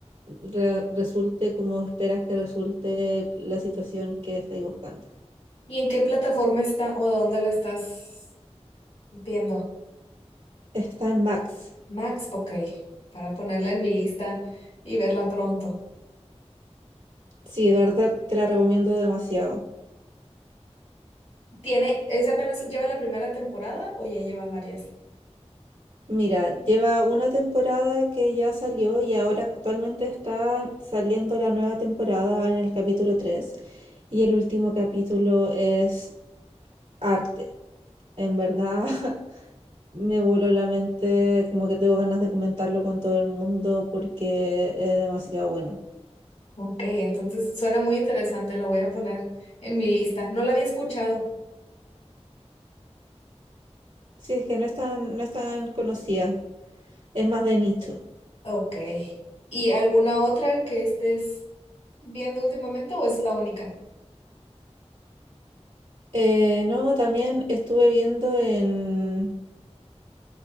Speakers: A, on the right (about 85°); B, on the left (about 70°).
A: re- resulte como esperas que resulte la situación que estáis buscando.
B: ¿Y en qué plataforma está o de dónde la estás viendo?
A: Está en Max.
B: Max, ok, para ponerla en mi lista y verla pronto.
A: Sí, de verdad te la recomiendo demasiado.
B: ¿Tiene, es apenas, lleva la primera temporada o ya lleva varias?
A: Mira, lleva una temporada que ya salió y ahora actualmente está saliendo la nueva temporada, va en el capítulo 3 y el último capítulo es arte. En verdad <laughs> me voló la mente, como que tengo ganas de comentarlo con todo el mundo porque es demasiado bueno.
B: Ok, entonces suena muy interesante, la voy a poner en mi lista. No la había escuchado.
A: Sí, es que no es tan, no es tan conocida, es más de nicho.
B: Ok. ¿Y alguna otra que estés viendo últimamente o es la única?
A: Eh, no, también estuve viendo en